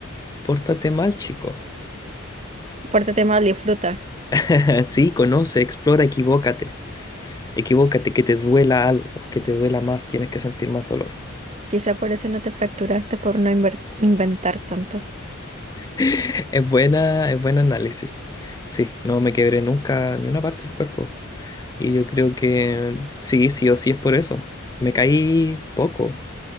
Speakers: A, on the left (about 15°); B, on the right (about 30°).
A: pórtate mal, chico.
B: Pórtate mal y fruta.
A: <laughs> Sí, conoce, explora, equivócate. Equivócate, que te duela algo, que te duela más, tienes que sentir más dolor.
B: Quizá por eso no te fracturaste por no inver- inventar tanto.
A: Es buena, es buen análisis. Sí, no me quebré nunca ni una parte del cuerpo. Y yo creo que sí, sí o sí es por eso. Me caí poco,